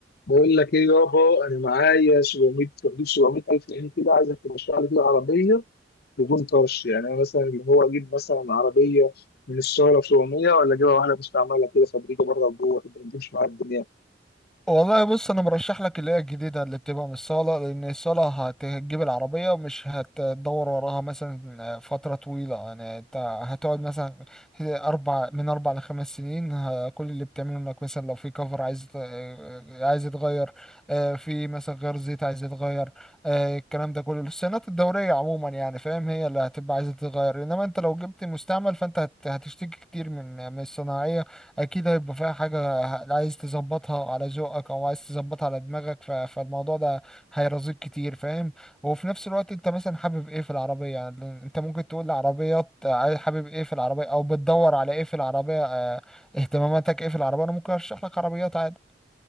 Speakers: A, on the left; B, in the centre.
A: بقول لك ايه يابا انا معايا 700 في حدود 700000 جنيه كده عايزك ترشح لي كده عربيه بدون طرش يعني انا مثلا اللي هو اجيب مثلا عربيه من الشهرة ب 700 ولا اجيبها واحده مستعمله كده فابريكه بره وجوه تبقى بتمشي معايا الدنيا
B: والله بص انا مرشح لك اللي هي الجديده اللي بتبقى من الصاله لان الصاله هت- هتجيب العربيه مش هتدور وراها مثلا فتره طويله يعني انت هتقعد مثلا اربع من اربع لخمس سنين ه- كل اللي بتعمله انك مثلا لو في كفر عايز يت- عايز يتغير آه، في مثلا غير زيت عايز يتغير آه، الكلام ده كله الصيانات الدوريه عموما يعني فاهم هي اللي هتبقى عايزه تتغير انما انت لو جبت مستعمل فانت هت- هتشتكي كتير من من الصناعيه اكيد هيبقى فيها حاجه ه- عايز تظبطها على ذوقك او عايز تظبطها على دماغك ف... فالموضوع ده هيرزقك كتير فاهم وفي نفس الوقت انت مثلا حابب ايه في العربيه يعني انت ممكن تقول لعربيات عايز- حابب ايه في العربيه او بتدور على ايه في العربيه آه، اهتماماتك ايه في العربيه انا ممكن ارشح لك عربيات عادي